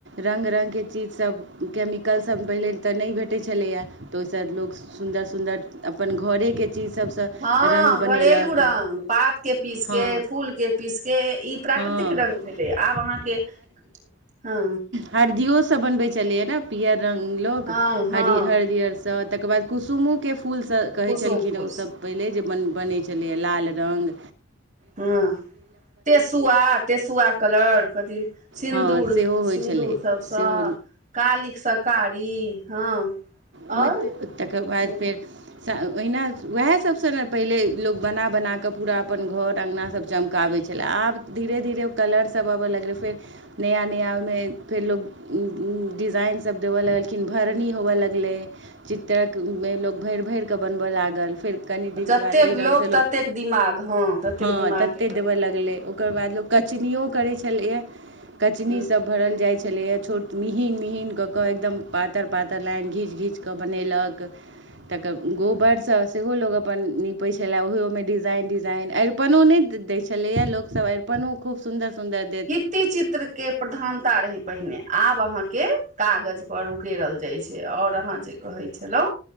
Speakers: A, on the right; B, on the right.
A: रंग रंग जे चीज सभ कमिकल सभ पहिने तऽ नहि भेटैत छलैए तऽ ओहि सँ लोक सुन्दर सुन्दर अप्पन घोरे के चीज सबसँ
B: हँ
A: रङ्ग
B: घरेलू
A: बनेलक
B: रंग पात के पीस
A: हँ
B: के फूल के पीस के इ प्राकृतिक
A: हँ
B: रंग भेलै आब अहाँके हँ
A: हरदियो सब बनबै छलैया ने पीयर रंग लोको
B: हँ हँ
A: हर हरदिर सँ तकर बाद कुसुमोक के फूलसँ कहै
B: कुसुम
A: छलखिन
B: फूलस
A: ओसब पहिले जे बन बनै छलैए लाल रंग
B: हँ तेसुआ तेसुआ कलर कथि सिन्दूर
A: हँ सेहो होइ
B: सिन्दूर
A: छलै
B: तभसँ
A: सेहो
B: कालीक सकारी हँ आओर
A: होत तकर बाद
B: ह
A: फेर ओहिना वएह सबसँ ने पहिले लोक बना बना कऽ पूरा अपन घर अँगना सब चमकाबै छलै आब धीरे धीरे ओ कलर सभ आबय लगलै फेर नया नया ओएमे फेर लोक डिजाइन सभ देबय लगलखिन भरनी होवय लगलै चित्रकमे लोक भेर भेर कऽ बनबय लागल फेर कनि दिनके
B: जतेक
A: बाद एहि रंग सँ लोक
B: ततेक दिमाग हँ ततेक
A: हँ
B: दिमागके
A: तते देबय लगलै ओकर बाद लोक कचनियो करै छलैया कचनी
B: ह
A: सब भरल जाइ छलैया छोट मिहिन मिहिन कऽ कऽ एकदम पातर पातर लाइन घीच घीच कऽ बनेलक
B: <inaudible>
A: तकब गोबरसँ सेहो लोक अपन निपैत छलै ओहोमे डिजाइन डिजाइन अरिपनो नइ दै छलैया लोकसभ अरिन पनो ओ खूब सुन्दर सुन्दर देैत
B: चित्र के प्रधानता रहे पहिने आब अहाँ के कागज पर उ केरल जाइ छै ओर अहाँ जे कहै छलो